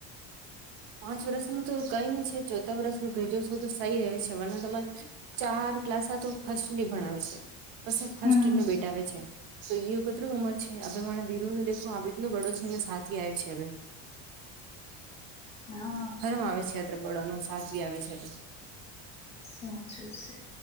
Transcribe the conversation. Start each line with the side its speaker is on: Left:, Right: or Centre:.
Right: પાંચ વર્ષનું તો કઈની છે, ચોથા વર્ષમાં ભેજો સો તો સહી રેવે છે વરના તમાર ચાર ક્લાસા તો ફર્સ્ટની ભણાવે છે પસ ફર્સ્ટનુ
Left: હમ
Right: બેટાવે છે તો ઈ વખત કેટરુ ઉંમર છે અભેભઈના વીરુને દેખો આવીતનો ઘડો છે ને સાથીવી આય છે હવે
Left: હા
Right: હરમ આવે છે અત્ર બળોનું સાથવી આવે છે તે
Left: સાચું છે.